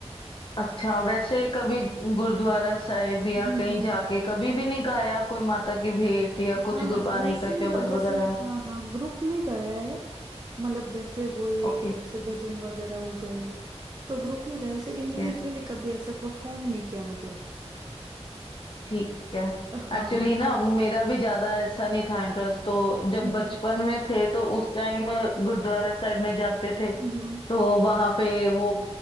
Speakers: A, on the left; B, on the right.
A: अच्छा वैसे कभी गुरुद्वारा साहिब या
B: हम्म
A: कहीं
B: हम्म
A: जाके कभी भी नहीं गाया कोई माता की भेंट या
B: हाँ
A: कुछ गुरबानी
B: वैसे
A: का
B: मतलब
A: शब्द
B: जैसे
A: वगैरह
B: हाँ हाँ ग्रुप में गाया है मतलब जैसे वही
A: ओके
B: जैसे भजन वगैरह हो गए तो ग्रुप में गाया ऐसे
A: ठीक
B: इंडिविजुअली
A: है
B: कभी ऐसे परफॉर्म नहीं किया मतलब
A: ठीक है
B: हाँ
A: एक्चुअली ना मेरा भी ज्यादा ऐसा नहीं था इंटरेस्ट तो जब
B: हम्म
A: बचपन में थे तो उस टाइम गुरुद्वारा साहिब में जाते थे
B: हम्म
A: तो वहां पे वो